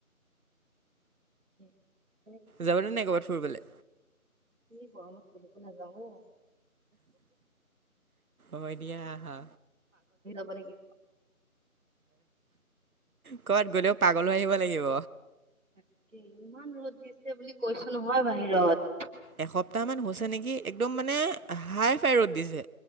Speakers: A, on the right; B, on the right.
A: কি?
B: যাব নে ক'বাত ফুৰিবলৈ।
A: এই গৰমত কলৈকো নাযাওঁ অ'।
B: ম দিয়া আহা।
A: কব লাগিব।
B: ক'তবাত গলেও পাগল হৈ আহিব লাগিব।
A: তাকে ইমান ৰ'দ দিছে বুলি কৈছো নহয় বাহিৰত।
B: এসপ্তাহ মান হৈছে নেকি একদম মানে হাই ফাই ৰ'দ দিছে।